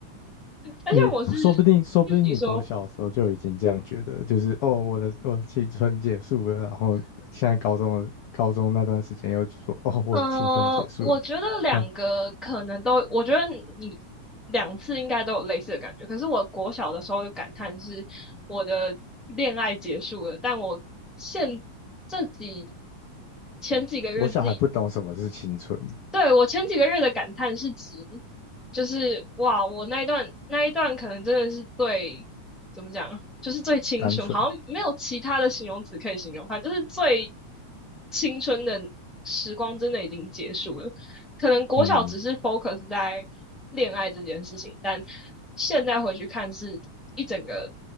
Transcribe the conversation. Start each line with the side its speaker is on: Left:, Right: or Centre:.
Centre: 而且我是。
Left: 你说不定，说不定你国小的时候就已经这样觉得，
Centre: 就你说，
Left: 就是哦，我的我的青春结束了，然后现在高中的高中那段时间又说哦，我的青春结束了，
Centre: 呃，我觉得两个可能都，
Left: 那
Centre: 我觉得你两次应该都有类似的感觉。可是我国小的时候的感叹是，我的恋爱结束了，但我现这几前几个月自己，
Left: 哦，我小孩不懂什么是青春，
Centre: 对，我前几个月的感叹是指，就是哇，我那一段那一段可能真的是最怎么讲，就是最青春，
Left: 单纯，
Centre: 好像没有其他的形容词可以形容，反正就是最青春的时光真的已经结束了。可能国小只是
Left: 嗯
Centre: focus 在恋爱这件事情，但现在回去看是一整个，